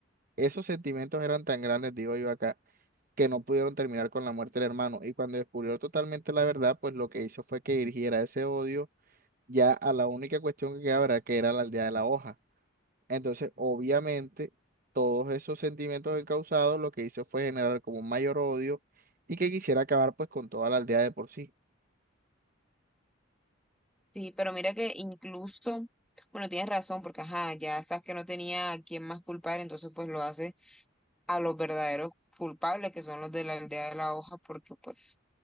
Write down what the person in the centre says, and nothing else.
Sí, pero mira que incluso, bueno, tienes razón, porque ajá, ya sabes que no tenía a quién más culpar, entonces pues lo hace a los verdaderos culpables, que son los de la aldea de la hoja, porque pues